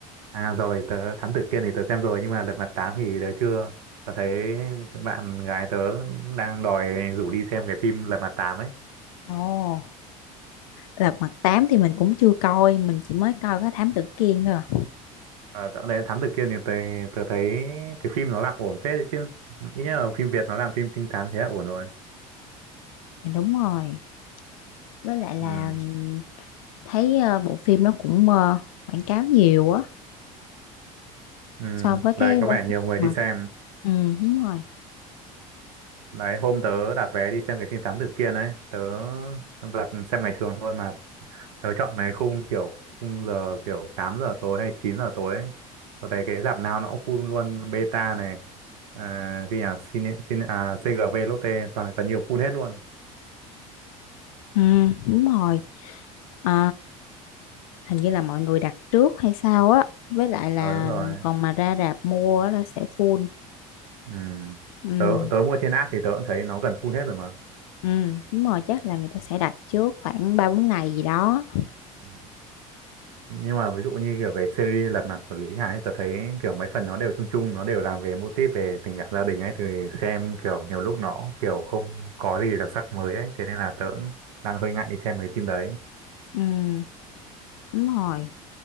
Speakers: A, on the right; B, on the left.
A: À rồi, tớ Thám Tử Kiên thì tớ xem rồi nhưng mà Lật Mặt tám thì tớ chưa. Tớ thấy một cái bạn gái tớ đang đòi rủ đi xem cái phim Lật Mặt tám ấy.
B: Ồ, Lật Mặt tám thì mình cũng chưa coi mình chỉ mới coi có Thám Tử Kiên thôi à.
A: À, dạo này Thám Tử Kiên thì tôi, tôi thấy cái phim nó làm ổn phết đấy chứ. Ít nhất là phim Việt nó làm phim trinh thám thế là ổn rồi.
B: Dạ, đúng rồi với lại là
A: Ừ.
B: ừm, thấy ờ, bộ phim nó cũng ờ, quảng cáo nhiều á
A: Ừ.
B: so với cái
A: Đấy có
B: với
A: vẻ nhiều
B: phim Lật
A: người
B: Mặt
A: đi xem.
B: ừ đúng rồi
A: Đấy hôm tớ đặt vé đi xem cái phim Thám Tử Kiên ấy. Tớ đặt xem ngày thường thôi mà. Tớ chọn cái khung kiểu khung giờ kiểu 8 giờ tối hay 9 giờ tối ấy. Có thấy cái rạp nào nó cũng full luôn Beta này. À, cái nhà Cine, Cine, à, CGV Lotte toàn là nhiều full hết luôn.
B: ừ đúng rồi Ờ, hình như là mọi người đặt trước hay sao á với lại là
A: Ờ đúng rồi.
B: còn mà ra rạp mua á là sẽ full
A: Ừ.
B: ừ
A: Tớ, tớ mua trên app thì tớ cũng thấy nó gần full hết rồi mà.
B: Ừ, đúng rồi chắc là người ta sẽ đặt trước khoảng ba bốn ngày gì đó
A: Ừ. Nhưng mà ví dụ như kiểu cái series Lật Mặt của Lý Hải ấy, tớ thấy kiểu mấy phần nó đều chung chung, nó đều làm về mô típ về tình cảm gia đình ấy thì xem kiểu nhiều lúc nó kiểu không có gì đặc sắc mới ấy, thế nên là tớ cũng đang hơi ngại đi xem cái phim đấy.
B: ừ, đúng rồi